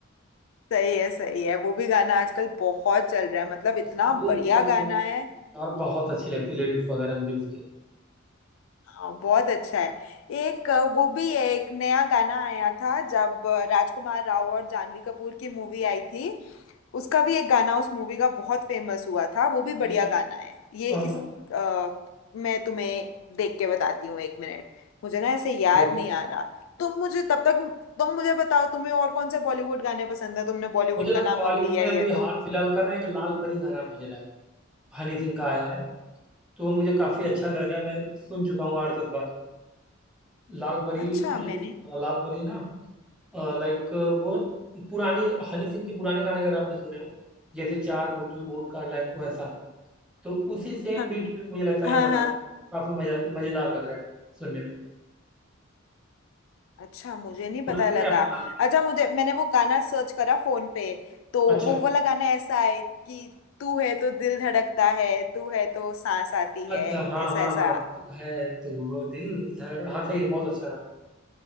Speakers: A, on the left; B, in the centre.
A: सही है सही है वो भी गाना आजकल बहुत चल रहा है मतलब इतना
B: उसकी वो मुझे
A: बढ़िया
B: मतलब
A: गाना है
B: और बहुत अच्छी लगती लिरिक्स वगैरह मुझे उसके
A: हाँ बहुत अच्छा है एक अ, वो भी है एक नया गाना आया था जब अ, राजकुमार राव और जानवी कपूर की मूवी आई थी उसका भी एक गाना उस मूवी का बहुत फेमस हुआ था वो भी बढ़िया
B: कौन सा
A: गाना है ये
B: कौन
A: इस
B: सा
A: अ, मैं तुम्हें देख के बताती हूँ एक मिनट मुझे ना ऐसे याद
B: देखो
A: नहीं
B: देखो
A: आ रहा तुम मुझे तब तक तुम मुझे बताओ तुम्हें और कौन से बॉलीवुड गाने पसंद है तुमने बॉलीवुड
B: मुझे
A: का
B: देखो
A: नाम
B: बॉलीवुड
A: अब लिया
B: में
A: ही
B: अभी
A: है तो
B: हाल फिलहाल का ना एक लाल परी गाना बज रहा है हनी सिंह का आया है तो वो मुझे काफी अच्छा लग रहा है मैं सुन चुका हूँ आठ दस बार लाल परी
A: अच्छा
B: मुझे
A: मैंने
B: हाँ, लाल परी ना लाइक वो पुराने हनी सिंह के पुराने गाने अगर आपने सुने हो जैसे चार बोतल वोट का लाइक वैसा तो उसी सेम
A: हाँ
B: बीट पे मुझे लगता
A: हाँ
B: है ये बना
A: हाँ
B: हुआ है तो काफी मजा मजेदार लग रहा है सुनने में
A: अच्छा मुझे नहीं पता
B: सुना कि
A: लगा
B: नहीं आपने लाल परी
A: अच्छा मुझे मैंने वो गाना सर्च करा फोन पे तो
B: अच्छा
A: वो वाला गाना ऐसा है कि तू है तो दिल धड़कता है तू है तो सांस आती है
B: अच्छा हाँ
A: ऐसा
B: हाँ
A: ऐसा
B: हाँ तू है तू वो दिल धड़ हाँ सही है बहुत अच्छा गाना है